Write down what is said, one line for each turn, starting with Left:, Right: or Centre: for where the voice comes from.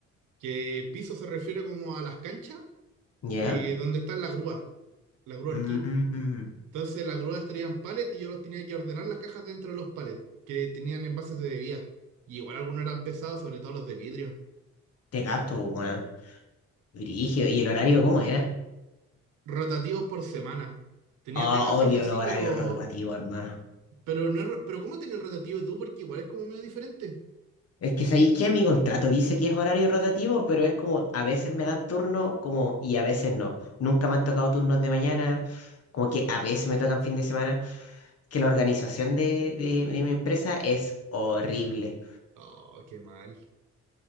Right: que piso se refiere como a las canchas
Left: ¿Ya?
Right: eh, donde están las grúas, las grúas
Left: Mm,
Right: Entonces las grúas traían palets y yo los tenía que ordenar las cajas dentro de los palets, que tenían envases de bebidas. Y igual algunos eran pesados, sobre todo los de vidrio.
Left: te gato, weón. Brígido. ¿Y el horario cómo era?
Right: Rotativos por semana. Tenía
Left: Oh,
Right: pega fija,
Left: odio
Right: sí,
Left: los horarios
Right: pero.
Left: rotativos, hermano.
Right: Pero no. ro- Pero ¿cómo tenía el rotativo tú? Porque igual es como medio diferente.
Left: Es que sabéis que mi contrato dice que es horario rotativo, pero es como a veces me dan turno como y a veces no. Nunca me han tocado turnos de mañana, como que a veces me tocan fin de semana. que la organización de, de- de mi empresa es horrible.
Right: Oh, qué mal.